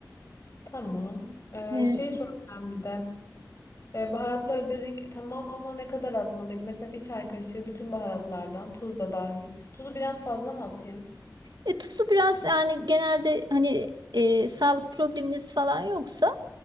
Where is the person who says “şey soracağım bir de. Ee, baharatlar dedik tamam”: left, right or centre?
Left